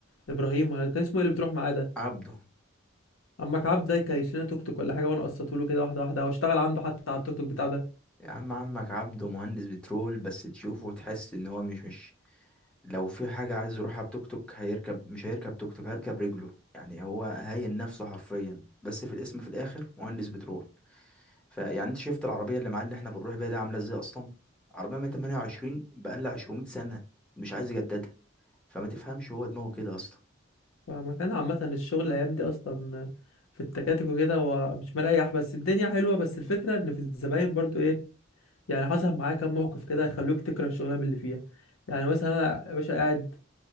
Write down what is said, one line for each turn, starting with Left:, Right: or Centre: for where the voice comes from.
Left: ابراهيم ولا كان اسمه ايه اللي بتروح معاه ده
Centre: عبده
Left: عمك عبد ده كان يشيلنا توك توك ولا حاجه وانا قسطته له كده واحده واحده واشتغل عنده حتى على التوك توك بتاعه ده
Centre: يا عم عمك عبده مهندس بترول بس تشوفه وتحس ان هو مش مش لو في حاجة عايز يروحها بتوك توك هيركب مش هيركب توك توك هيركب رجله يعني هو هاين نفسه حرفيا بس في الاسم في الاخر مهندس بترول فيعني انت شفت العربية اللي معاه اللي احنا بنروح بيها دي عاملة ازاي اصلا عربية 128 بقالها 200 سنة مش عايز يجددها فما تفهمش هو دماغه كده اصلا
Left: فما كان عامه الشغل الايام دي اصلا آه، في التكاتك وكده هو مش مريح بس الدنيا حلوه بس الفكره ان في الزباين برضو ايه يعني حصل معايا كام موقف كده يخلوك تكره الشغلانه اللي فيها يعني مثلا انا يا باشا قاعد